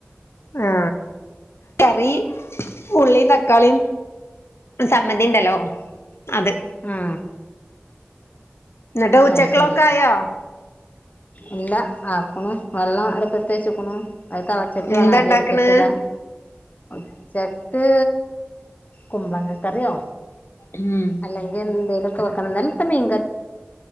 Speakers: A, on the left; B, on the left.
A: ആ കറി ഉള്ളീം തക്കാളി ചമ്മന്തി ഉണ്ടല്ലോ അത്
B: ആഹ്
A: എന്നിട്ട് ഉച്ചക്കുള്ളൊക്കെ
B: ആത്ശരി
A: ആയോ
B: എല്ലാ ആക്കണ് വെള്ളം അട്പ്പാത് വെചക്കുണു അത് തെളച്ചിട്ട്
A: എന്താ
B: വേണം അരി
A: ഇണ്ടാക്കണ്
B: അടപ്പ ത്ത് ഇടാൻ ഉച്ചക്ക് കുമ്പങ്ങ കറിയോ
A: ഉം
B: അല്ലെങ്കിൽ എന്തേലുംലൊക്കെ വെക്കണന്ന് ഇന്നലെത്തെ മീൻ